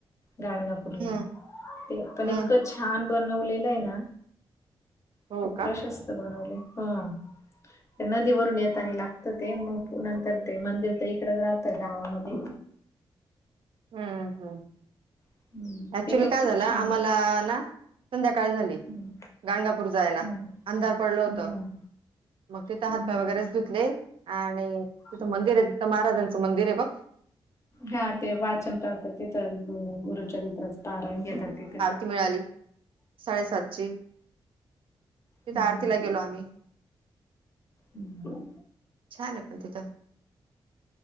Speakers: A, on the left; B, on the right.
A: गाणगापूरला
B: हम्म
A: ते पण
B: हम्म
A: इतकं छान बनवलेलं आहे ना
B: हो
A: खूप
B: का?
A: प्रशस्त बनवले. हम्म. नदीवरून येतानी लागत ते, मग नंतर ते मंदिर तर इकडेच राहतं गावामध्ये.
B: हम्म हम्म.
A: हम्म,
B: ऍक्च्युली
A: ते पण
B: काय
A: खूप
B: झालं,
A: छान
B: आम्हाला
A: आहे.
B: ना संध्याकाळ झाली.
A: हम्म,
B: गाणगापूर जायला
A: हम्म,
B: अंधार पडलं
A: हम्म,
B: होतं. मग तिथे
A: हम्म,
B: हातपाय वगैरे
A: हम्म.
B: धुतले आणि तिथे
A: हम्म.
B: मंदिरे तिथे महाराजांचं मंदिर बघ.
A: हा ते वाचन करतात तिथं गुरुचरित्राच पाराण घेतात तिथे.
B: ती मिळाली साडेसातची, तिथे
A: हम्म,
B: आरतीला गेलो आम्ही.
A: हम्म,
B: छान आहे पण तिथं.